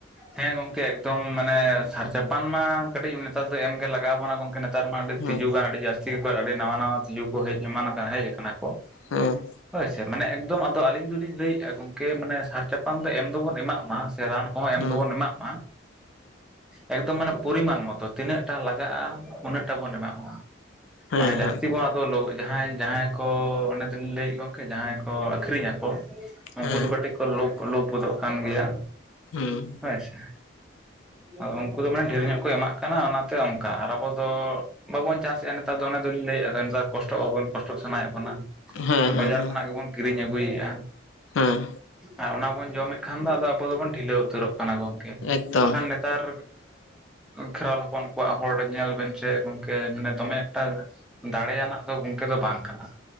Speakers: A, in the centre; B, on the left.
A: ᱦᱮᱸ ᱜᱚᱝᱠᱮ ᱮᱠᱫᱚᱢ ᱢᱟᱱᱮ ᱥᱟᱨ ᱪᱟᱯᱟᱱ ᱢᱟ ᱠᱟᱹᱴᱤᱡ ᱱᱮᱛᱟᱨ ᱫᱚ ᱮᱢᱜᱮ ᱞᱟᱜᱟᱣ ᱵᱚᱱ-ᱟ ᱜᱚᱝᱠᱮ ᱠᱮ ᱱᱮᱛᱟᱨ ᱢᱟ ᱟᱹᱰᱤ
B: ᱦᱮᱸ
A: ᱛᱤᱡᱩ ᱜᱟᱱ ᱟᱹᱰᱤ ᱡᱟᱹᱥᱛᱤ ᱜᱮᱠᱚ ᱟᱹᱰᱤ ᱱᱟᱣᱟ ᱱᱟᱣᱟ ᱛᱤᱡᱩ ᱠᱚ ᱦᱮᱡ ᱮᱢᱟᱱ ᱦᱮᱡ ᱟᱠᱟᱱᱟ ᱠᱚ᱾
B: ᱦᱩᱸ᱾
A: ᱦᱳᱭᱥᱮ ᱢᱟᱱᱮ ᱮᱠᱫᱚᱢ ᱟᱫᱚ ᱟᱞᱤᱧ ᱫᱩᱞᱤᱧ ᱞᱟᱹᱭᱮᱫᱼᱟ ᱜᱚᱝᱠᱮ ᱢᱟᱱᱮ ᱥᱟᱨ ᱪᱟᱯᱟᱱ ᱫᱚ ᱮᱢ ᱫᱚᱵᱚᱱ ᱮᱢᱟᱜ ᱢᱟ ᱥᱮ ᱨᱟᱱ ᱠᱚᱦᱚ
B: ᱦᱮᱸ
A: ᱫᱚᱵᱚᱱ ᱮᱢᱟᱜ ᱢᱟ᱾ ᱮᱠᱫᱚᱢ ᱢᱟᱱᱮ ᱯᱚᱨᱤᱢᱟᱱ ᱢᱚᱛᱚ ᱛᱤᱱᱟᱹᱜᱴᱟ ᱞᱟᱜᱟᱜᱼᱟ ᱦᱩᱱᱟᱹᱜ ᱴᱟ ᱵᱚᱱ ᱮᱢᱟᱜ ᱢᱟ ᱱᱚᱣᱟ᱾
B: ᱦᱮᱸ
A: ᱢᱟᱱᱮ ᱡᱟᱥᱛᱤ
B: ᱦᱮᱸ
A: ᱵᱟᱱ ᱟᱫᱚ ᱞᱳ ᱡᱟᱦᱟᱸᱭ ᱡᱟᱦᱟᱸᱭ ᱠᱚ ᱚᱱᱮ ᱫᱚᱞᱤᱧ ᱞᱟᱹᱭᱮᱫ ᱠᱚᱝᱠᱮ ᱡᱟᱦᱟᱸᱭ ᱠᱚ ᱟᱠᱷᱨᱤᱧ ᱟᱠᱚ
B: ᱦᱮᱸ
A: ᱩᱱᱠᱩ ᱫᱚ ᱠᱟᱹᱴᱤᱡ ᱠᱚ ᱞᱳᱵᱷᱚ ᱞᱳᱵᱷᱚ ᱜᱚᱫᱚᱜ ᱠᱟᱱ ᱜᱮᱭᱟ᱾
B: ᱦᱩᱸ᱾
A: ᱦᱳᱭ ᱥᱮ᱾ ᱟᱫᱚ ᱩᱱᱠᱩ ᱫᱚ ᱢᱟᱱᱮ ᱰᱷᱮᱨ ᱧᱚᱜ ᱠᱚ ᱮᱢᱟᱜ ᱠᱟᱱᱟ ᱚᱱᱟᱛᱮ ᱚᱱᱠᱟ ᱟᱨ ᱟᱵᱚ ᱫᱚ ᱵᱟᱵᱚᱱ ᱪᱟᱥᱮᱜᱼᱟ ᱱᱮᱛᱟᱨ ᱫᱚ ᱚᱱᱟ ᱫᱚ ᱞᱤᱧ ᱞᱟᱹᱭᱮᱫᱼᱟ ᱫᱚ ᱱᱮᱛᱟᱨ ᱠᱚᱥᱴᱚᱜ ᱟᱵᱚᱱ ᱠᱚᱥᱴᱚᱜ ᱥᱟᱱᱟᱭᱮᱫ ᱵᱚᱱᱟ᱾
B: ᱦᱮᱸ
A: ᱟᱫᱚ
B: ᱦᱮᱸ
A: ᱵᱟᱡᱟᱨ ᱠᱷᱚᱱᱟᱜ ᱜᱮᱵᱚᱱ ᱠᱤᱨᱤᱧ ᱟᱹᱜᱩᱭᱮᱫ-ᱟ
B: ᱦᱮᱸ
A: ᱟᱨ ᱚᱱᱟ ᱵᱚᱱ ᱡᱚᱢᱮᱫ ᱠᱷᱟᱱ ᱫᱚ ᱟᱫᱚ ᱟᱵᱚ ᱫᱚᱵᱚᱱ ᱰᱷᱤᱞᱟᱹᱣ ᱩᱛᱟᱹᱨᱚᱜ ᱠᱟᱱᱟ ᱜᱚᱝᱠᱮ᱾
B: ᱮᱠᱫᱚᱢ
A: ᱵᱟᱠᱷᱟᱱ ᱱᱮᱛ ᱱᱮᱛᱟᱨ ᱠᱷᱮᱨᱣᱟᱞ ᱦᱚᱯᱚᱱ ᱠᱚᱣᱟᱜ ᱦᱚᱲ ᱧᱮᱞ ᱵᱮᱱ ᱥᱮ ᱜᱚᱝᱠᱮ ᱢᱟᱱᱮ ᱫᱚᱢᱮ ᱮᱠᱴᱟ ᱫᱟᱲᱮᱭᱟᱱᱟᱜ ᱫᱚ ᱜᱚᱝᱠᱮ ᱫᱚ ᱵᱟᱝ ᱠᱟᱱᱟ᱾